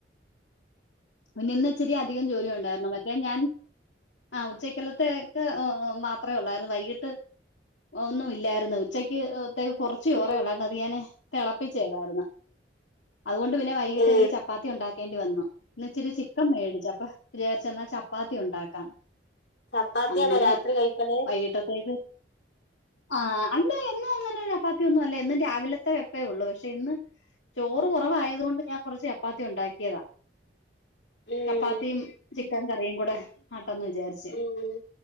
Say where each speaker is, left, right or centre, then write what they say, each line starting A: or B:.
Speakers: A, on the left (about 85°); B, on the left (about 70°).
A: പിന്നെ ഇന്ന് ഇച്ചിരി അധികം ജോലി ഉണ്ടായിരുന്നു മറ്റേ ഞാൻ ആഹ് ഉച്ചക്കലത്തേക് മാത്രേ ഉള്ളായിരുന്നു വൈകിട്ട് ഒന്നും ഇല്ലായിരുന്നു ഉച്ചയ്ക്ക് തെക്ക് കുറ- ച്ച് ചോറൊള്ളായിരുന്നു
B: ഉം
A: അത് ഞാന് തിളപ്പിച്ചേതായിരുന്നു അതുകൊണ്ട് പിന്നെ വൈകിട്ട്
B: ഏ
A: എനിക്ക് ചപ്പാത്തി ഉണ്ടാക്കേണ്ടി വന്നു ഇന്ന് ഇച്ചിരി ചിക്കൻ മേടിച്ചു അപ്പ വിജാരിച്ചന്ന ചപ്പാ - പ്പാത്തി ഉണ്ടാക്കാം
B: ചപ്പാത്തിയാണോ
A: അങ്ങനെ
B: രാത്രി കഴിക്കല്
A: വൈകിട്ടത്തേക്ക് ആഹ് അല്ല എന്നും അങ്ങനെ ചപ്പാത്തിയ ഒന്നും അല്ല എന്നും രാവിലത്തെ വെപ്പേ ഉള്ളൂ പക്ഷെ ഇന്ന് ചോറ് കുറവായത് കൊണ്ട് ഞാൻ കുറച്ച് ചപ്പാത്തി ഉണ്ടാക്കിയതാ
B: ഉം
A: ചപ്പാത്തീം ചിക്കൻ കറിയും കൂടെ ആട്ടൊന്ന് വിചാര്ജ്
B: ഉം ഉം